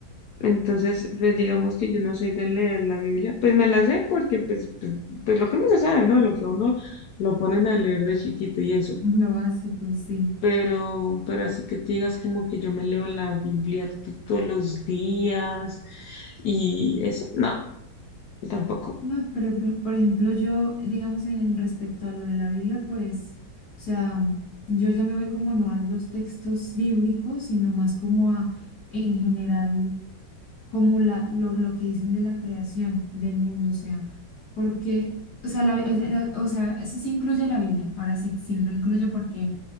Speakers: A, on the left; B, on the left.
A: Entonces, pues digamos que yo no soy de leer la Biblia, pues me la sé porque pues, pues, pues lo que uno se sabe, ¿no? Lo que a uno lo ponen a leer de chiquito y eso.
B: lo básico, sí.
A: Pero, pero así que te digas como que yo me leo la Biblia to- todos los días y eso, no, tampoco.
B: No, pero por por ejemplo, yo, digamos, en respecto a lo de la Biblia, pues, o sea, yo ya me voy como no a los textos bíblicos, sino más como a, en general, como la, lo, lo que dicen de la creación del mundo, o sea, porque, o sea, la, Bi- o sea, o sea, eso sí incluye la Biblia, ahora sí, sí lo incluyo porque